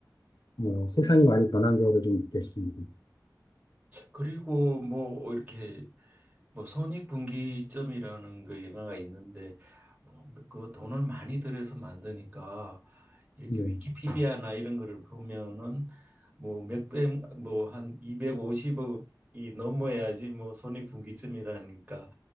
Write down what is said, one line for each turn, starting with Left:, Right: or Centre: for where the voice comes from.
Left: 뭐, 세상이 많이 변한 거를 좀 느꼈습니다.
Right: 그리고 뭐 이렇게 뭐 손익분기점이라는 그 영화가 있는데 뭐그 돈을 많이 들여서 만드니까 이렇게
Left: 네,
Right: 위키피디아나 이런 거를 보면은 뭐 몇백 뭐한 250억이 넘어야지 뭐 손익분기점이라니까